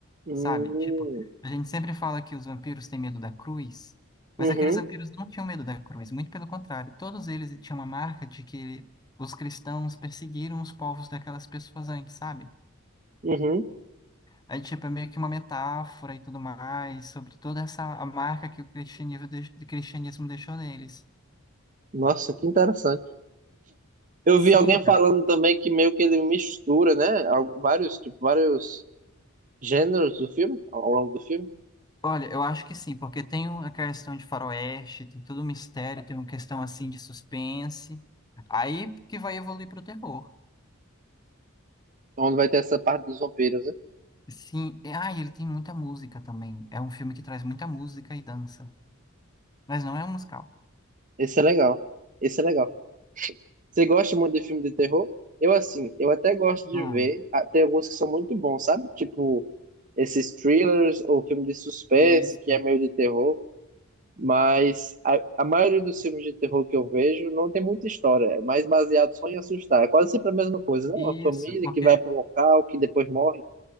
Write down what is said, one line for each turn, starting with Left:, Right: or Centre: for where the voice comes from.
Right: Hum,
Left: sabe? Tipo, a gente sempre fala que os vampiros têm medo da cruz,
Right: uhum,
Left: mas aqueles vampiros não tinham medo da cruz, muito pelo contrário, todos eles tinham uma marca de que os cristãos perseguiram os povos daquelas pessoas antes, sabe?
Right: uhum.
Left: Aí, tipo, é meio que uma metáfora e tudo mais, sobre toda essa a marca que o cristianismo, deix- o cristianismo deixou neles.
Right: Nossa, que interessante. Eu
Left: Sim,
Right: vi alguém
Left: cara.
Right: falando também que meio que ele mistura, né, al- vários, tipo, vários gêneros do filme, ao ao longo do filme,
Left: Olha, eu acho que sim, porque tem a questão de faroeste, tem todo o mistério, tem uma questão, assim, de suspense. Aí que vai evoluir para o terror.
Right: Então, onde vai ter essa parte dos vampiros, né?
Left: Sim, e- ah, e ele tem muita música também. É um filme que traz muita música e dança, mas não é um musical.
Right: Esse é legal. Esse é legal. Você gosta muito de filme de terror? Eu, assim, eu até gosto de
Left: Hum,
Right: ver. ah, Tem alguns que são muito bons, sabe? Tipo, esses thrillers ou filme de suspense,
Left: isso,
Right: que é meio de terror. Mas a, a maioria dos filmes de terror que eu vejo não tem muita história. É mais baseado só em assustar. É quase sempre a mesma coisa, né? Uma
Left: isso,
Right: família
Left: porque
Right: que vai para um local, que depois morre.